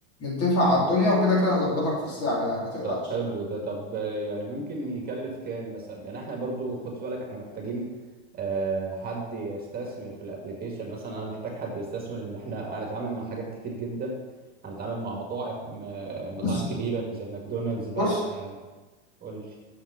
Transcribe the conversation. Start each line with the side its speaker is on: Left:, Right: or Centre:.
Left: نتفق على الدنيا وكده كده هظبطك في السعر يعني ما تقلقش
Right: طب حلو ده طب آه، يعني ممكن يكلف كام مثلا يعني احنا برضو خد في بالك احنا محتاجين آه، حد يستثمر في الابليكيشن مثلا انا محتاج حد يستثمر ان احنا هنتعامل مع حاجات كتير جدا هنتعامل مع مطاعم آه، مطاعم
Left: بص
Right: كبيرة زي ماكدونالدز بقى
Left: بص
Right: قول لي